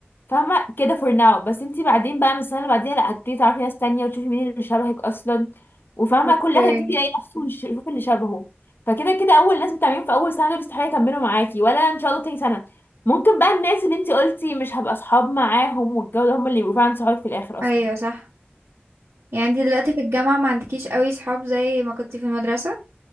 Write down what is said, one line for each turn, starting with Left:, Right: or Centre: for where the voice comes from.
Left: فاهمه كده فور ناو بس انت بعدين بقى من السنه اللي بعديها لا هتبتدي تعرفي ناس تانية وتشوفي مين اللي شبهك اصلا وفاهمه
Right: اوكي
Left: كل واحد يبتدي يلاقي نفسه ويش- ويشوف اللي شبهه فكده كده اول ناس بتعملين في اول سنه دول استحاله يكملوا معاكي ولا ان شاء الله تاني سنه ممكن بقى الناس اللي انت قلتي مش هبقى اصحاب معاهم والجو ده هم اللي يبقوا فعلا صحابك في الاخر اصلا
Right: ايوه صح يعني انتي دلوقتي في الجامعة ما عندكيش قوي صحاب زي ما كنتي في المدرسة